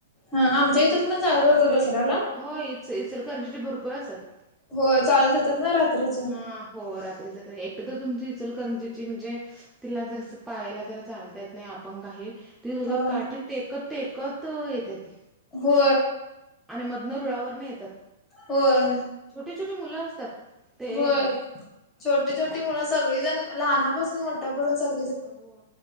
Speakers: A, on the left (about 25°); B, in the centre.
A: हा आमच्या इथून पण झालं होत दसऱ्याला.
B: हो इ इचलकरंजी चे भरपूर असतात.
A: हो चालत येतात ना रात्रीचं.
B: हा हो रात्रीच एकट तर तुमची इचलकरंजीची म्हणजे तिला जर पायाला जरा चालता येत नाही आपंग आहे. ती सुद्धा
A: हो
B: काठी टेकत टेकत येते ती
A: हो
B: आणि मधन रुळावरने येतात
A: होय
B: छोटी छोटी मुलं असतात ते
A: होय
B: येतात.
A: छोटी छोटी मुलं सगळीजण लहानापासून मोठ्यापून सग
B: हो